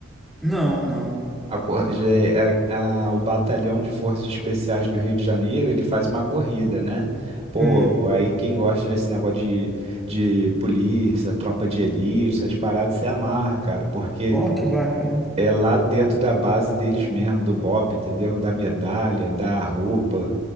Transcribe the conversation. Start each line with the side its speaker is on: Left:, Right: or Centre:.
Centre: não, não.
Right: A, cor- je- é- é, a- o Batalhão de Forças Especiais do Rio de Janeiro, ele faz uma corrida, né? Pô,
Centre: Hum,
Right: aí quem gosta desse negócio de, de polícia, tropa de elite, essas paradas se amarra, cara, porque
Centre: ó, que bacana.
Right: É lá dentro da base deles mesmo, do BOPE, entendeu? Da medalha, da roupa.